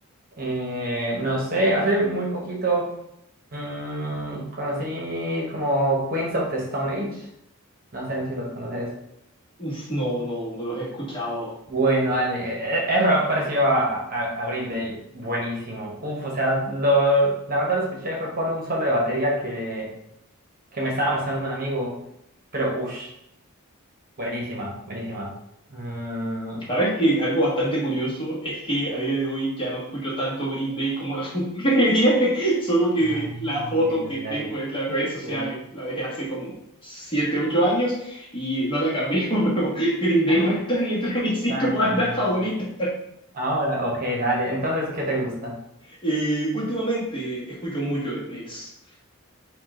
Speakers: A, on the right; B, on the left.
A: Eh, no sé, hace muy poquito mm, conocí como Queens of the Stone Age. No sé si los conoces.
B: Uf, no, no, no los he escuchado.
A: Bueno, dale, e- e- es rock parecido a, a, a Green Day, buenísimo. Uf, o sea, lo, la verdad lo escuché fue por un solo de batería que que me estaba mostrando un amigo, pero uff, buenísima, buenísima. Mm,
B: Sabes que algo bastante curioso es que a día de hoy ya no escucho tanto Green Day como la <laughs> quería, solo que
A: ah,
B: la foto
A: ok, dale,
B: que tengo
A: dale.
B: en las redes
A: Sí, sí,
B: sociales
A: sí.
B: la dejé hace como 7, 8 años y no la cambié, <laughs> pero Green Day
A: Ah,
B: no está ni entre mis cinco
A: dale,
B: bandas
A: dale,
B: favoritas.
A: dale. Ahora, ok, dale. Entonces, ¿qué te gusta?
B: Eh, últimamente escucho mucho de Smiths.